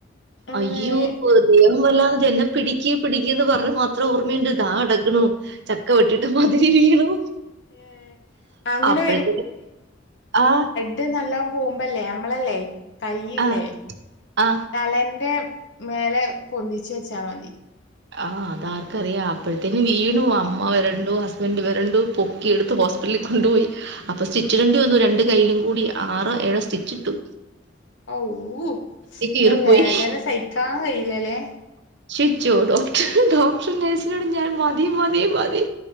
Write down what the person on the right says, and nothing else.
അയ്യോ! ദേഹം വല്ലാന്ന് എന്നെ പിടിക്ക് പിടിക്കുന്ന് പറഞ്ഞ് മാത്ര ത്ര ഓർമ്മയുണ്ട് ദാ കിടക്കണു ചക്കവെട്ടി മതിരി വീണു
അപ്പോഴത്തെ ആ-
ആ, ആ,
ആ അതാർക്കറിയാം അപ്പോഴത്തേന് വീണു അമ്മ വെരണ്ടും ഹസ്ബന്റ് വെരണ്ടുപൊ ക്കിഎടുത്ത് ഹോസ്പിറ്റലിൽ കൊണ്ടുപോയി അപ്പൊ സ്റ്റിച്ചിടേണ്ടി വന്നു രണ്ട്കൈയിലും കൂടി ആറോ ഏഴോ സ്റ്റിച്ച് ഇട്ടു.
കീറിപ്പോയി.
<unintelligible> ഡോക്ടർ നേഴ്സിനോട് ഞാൻ മതി മതി മതി